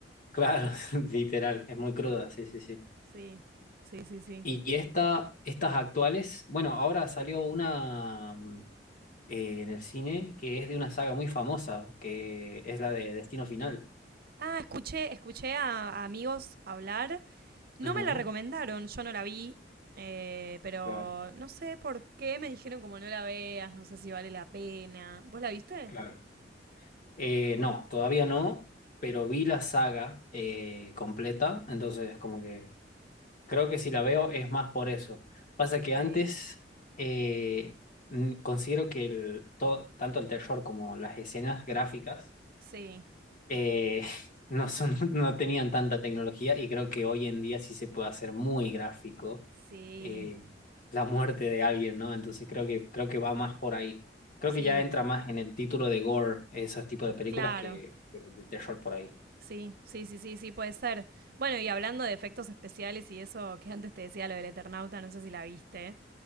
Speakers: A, on the left (about 50°); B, on the right (about 55°).
A: claro, <laughs> literal, es muy cruda, sí, sí, sí.
B: Sí, sí, sí, sí.
A: Y y esta, estas actuales, bueno, ahora salió una mm, eh, en el cine que es de una saga muy famosa, que es la de Destino Final.
B: Ah, escuché, escuché a, a amigos hablar. No
A: Ujú.
B: me la recomendaron, yo no la vi. eh, pero
A: Claro,
B: no sé por qué me dijeron como no la veas, no sé si vale la pena. ¿Vos la viste?
A: claro. Eh, no, todavía no, pero vi la saga eh, completa, entonces como que creo que si la veo es más por eso. Pasa que
B: Ok.
A: antes eh, n- considero que el, to- tanto el terror como las escenas gráficas
B: Sí,
A: eh, <laughs> no son, no tenían tanta tecnología y creo que hoy en día sí se puede hacer muy gráfico
B: sí,
A: eh, la muerte de alguien, ¿no? Entonces creo que, creo que va más por ahí. Creo
B: sí,
A: que ya entra más en el título de gore, esos tipos de películas
B: claro.
A: que, que de terror por ahí.
B: Sí, sí, sí, sí, sí, puede ser. Bueno, y hablando de efectos especiales y eso que antes te decía lo del Eternauta, no sé si la viste,